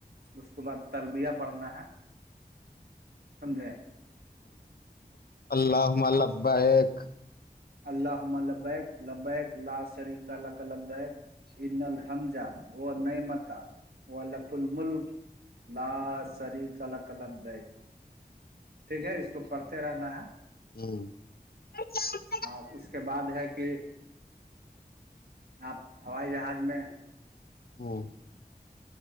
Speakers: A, on the right (about 75°); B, on the left (about 70°).
A: اس کے بعد طلبیہ پڑھنا ہے سمجھے
B: اللہومما لببیک
A: اللمہ البیک البیک لا شریف ال کلبیک ع الحمہ وہ نعمت وہ لق الملک لا سری ک ک د ٹھیک ہے اس کو پڑھتے رہنا ہے
B: <inaudible>
A: اور اس کے بعد ہے کہ آپ ہوائی جہاز میں
B: <inaudible>